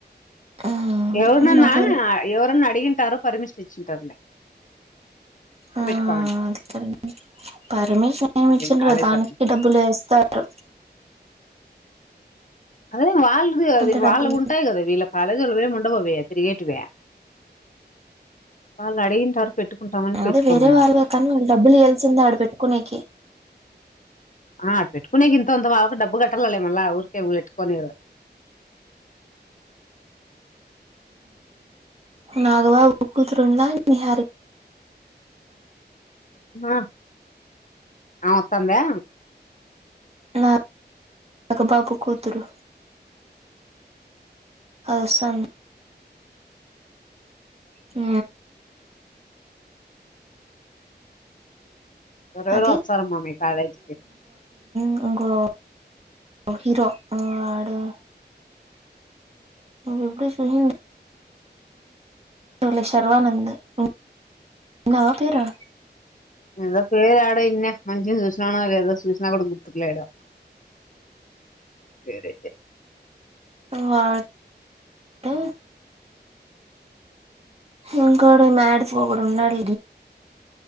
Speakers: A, on the right; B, on the left.
A: ఆ
B: ఎవర్ నన్నా
A: మాకు
B: ఎవరన్నా అడిగింటారు పర్మిషన్ ఇచ్చింటారులే
A: ఆ
B: పెట్టుకోమని
A: అదికడి పర్మిషన్ ఏమి
B: అవేం
A: ఇచ్చండార
B: కాలేదు
A: దానికి డబ్బులు వేస్తారు
B: అదే వాళ్ళది అది
A: ఇంత డబ్బులు
B: వాళ్ళవి ఉంటాయి కదా వీళ్ళ కాలేజీలో అవేమీ ఉండవు అవి తిరిగేటివి వాళ్ల అడిగింటారు పెట్టుకుంటామని పెట్టుకోమని
A: అవి వేరే వాళ్ళే
B: అంటారు.
A: కానీ వాళ్ళు డబ్బులు ఇయాల్సింద ఆడ పెట్టుకునేకి
B: ఆ పెట్టుకునే ఇంతంత వాళ్ళకి డబ్బు కట్టాల లే మళ్ళా ఊరికేఊ పెట్టుకనేరు
A: నాగబాబు కూతురుండ్ల నిహారిక
B: ఆ ఆ వత్తాందా
A: నా నాగబాబు కూతురు అల్సన్ ఊ
B: ఎవరెవరో
A: అది
B: వస్తారు అమ్మ మీ కాలేజీకి
A: అది ఇంకో హీరో‌ వాడు వాడు నువ్వు ఎప్పుడు సుశీండవ్ లే శర్వానంద్ ఆ విన్నావా పేరా
B: ఏదో పేరు ఏడో విన్నా‌ మంచిని చూసినాను లేదో చూసినా కూడా గుర్తులేడో పేరైతే
A: ఉ వాడైతే ఇంకోడు మ్యాడ్స్ ఒకడు ఉన్నాడు